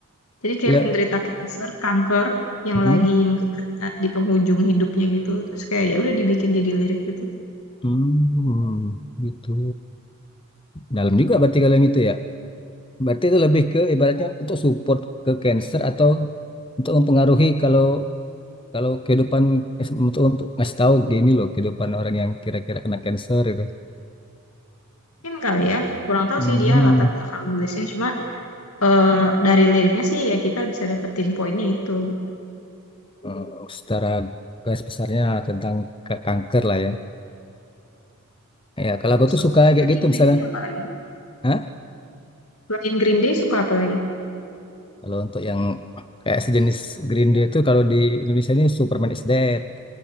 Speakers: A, on the left (about 80°); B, on the left (about 25°).
A: Jadi kayak
B: Le
A: penderita kanker, kanker yang
B: Heeh.
A: lagi mungkin kayak di penghujung hidupnya gitu. Terus kayak ya udah dibikin jadi lirik gitu.
B: Hmm, gitu. Dalam juga berarti kalau yang itu ya. Berarti itu lebih ke ibaratnya untuk support ke cancer atau untuk mempengaruhi kalau Kalau kehidupan eh, untuk, untuk ngasih tahu gini loh kehidupan orang yang kira-kira kena cancer itu,
A: Mungkin kali ya. Kurang tahu
B: Mhm.
A: sih dia latar belakang nulisnya. Cuma eh, dari liriknya sih ya kita bisa dapetin poinnya itu. Gitu.
B: Eh, secara garis besarnya tentang ka- kanker lah ya. Ya kalau aku
A: Terus
B: tuh suka kayak
A: tadi
B: gitu
A: Green
B: misalnya,
A: Day apa lagi?
B: Hah?
A: Selain Green Day suka apa lagi?
B: Kalau untuk yang kayak sejenis Green Day itu kalau di Indonesia ini Superman is Dead,